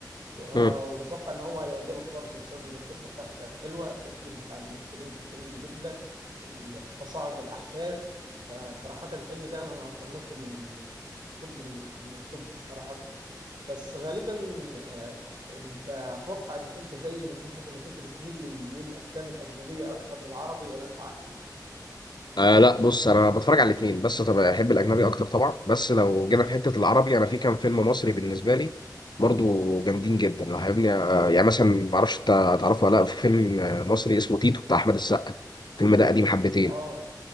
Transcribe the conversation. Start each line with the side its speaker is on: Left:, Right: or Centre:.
Right: و-
Left: مم.
Right: واتوقع ان هو هيعجبك برضه بسبب ان القصه بتاعته كانت حلوه التمثيل بتاع الممثلين كان جميل جدا ال- تصاعد الاحداث فصراحه الفيلم ده انا اصنفه من آه، توب ال- من التوب الصراحه بس غالبا آه، انت اتوقع انك انت زي من ناحيه انك انت بتميل لل- للافلام الاجنبيه اكتر من العربي ولا انت عكسي؟
Left: آه لا بص انا بتفرج على الاثنين بس طبعا احب الاجنبي اكتر طبعا بس لو جينا في حته
Right: مم.
Left: العربي انا في كام فيلم مصري بالنسبه لي برضو جامدين جدا لو هيبني آه يعني مثلا ما اعرفش انت تعرفه ولا لا في فيلم آه، مصري اسمه تيتو بتاع احمد السقا الفيلم ده قديم حبتين
Right: اه